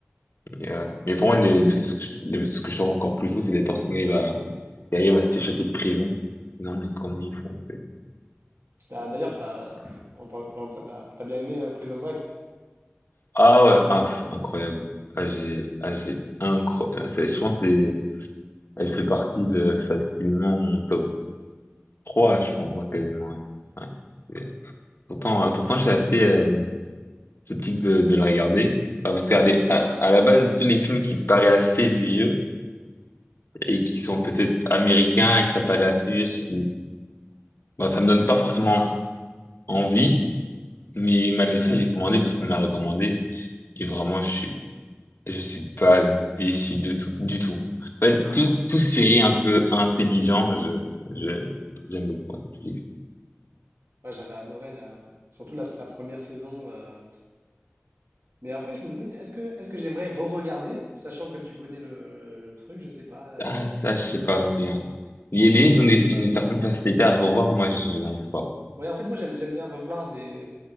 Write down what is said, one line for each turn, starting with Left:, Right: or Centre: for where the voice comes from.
Left: Et, euh, mais pour moi, les- les- ce que je, les- ce que je trouve encore plus fou, c'est les personnes qui arrivent à, qui arrivent à s'échapper de prison. Non, mais comment ils font?
Right: Bah, d'ailleurs, t'as, en par- parlant de ça, t'as, t'as bien aimé euh, Prison Break.
Left: Ah ouais, ah, pff, incroyable. Ah, j'ai, ah, j'ai incroyable. Je pense que c'est, elle fait partie de facilement mon top 3, je pense, hein, quasiment. ouais. Ouais. Et Pourtant, euh, pourtant, j'étais assez euh, sceptique de, de la regarder. Enfin, parce qu'à l'é- à, à la base, tous les films qui paraissent assez vieux et qui sont peut-être américains et que ça paraît assez vieux, je- suis- bon, ça me donne pas forcément envie. Mais malgré ça, j'ai commandé parce qu'on me l'a recommandé. Et vraiment, je, Je suis pas déçu de tout, du tout. En fait, tout, tout série un peu intelligent, je, je, j'aime beaucoup. hein. Je dis,
Right: Moi, j'avais adoré la, surtout la, la première saison. euh. Mais après, je me demande, est-ce que, est-ce que j'aimerais re-regarder, sachant que tu connais le, le truc, je sais pas. euh.
Left: Ah, ça, je sais pas non plus. hein. Il y a des gens, ils ont des- une certaine facilité à revoir. Moi, je n'arrive pas.
Right: Ouais, en fait, moi, j'aime, j'aime bien revoir des,